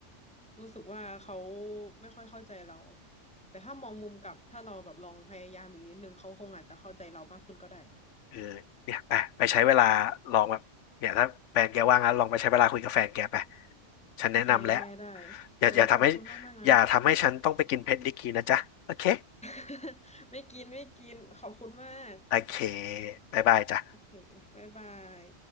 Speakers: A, in the centre; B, on the left.
A: รู้สึกว่าเขาไม่ค่อยเข้าใจเราแต่ถ้ามองมุมกลับถ้าเราแบบลองพยายามอีกนิดนึงเขาคงอาจจะเข้าใจเรามากขึ้นก็ได้
B: เออเนี่ยไปไปใช้เวลาลองแบบเนี่ยถ้าแฟนแกว่างนะลองไปใช้เวลาคุยกับแฟนแกไป ฉันแนะนำแล้ว
A: โอเคได้ได้
B: อย่าอย่าทำให้
A: เออขอบคุณมากมากนะ
B: อย่าทำให้ฉันต้องไปกินเพชรดิกีนะจ๊ะ โอเค
A: <laughs> ไม่กินไม่กินขอบคุณมาก
B: โอเคบ๊ายบายจ้ะ
A: โอเคบ๊ายบาย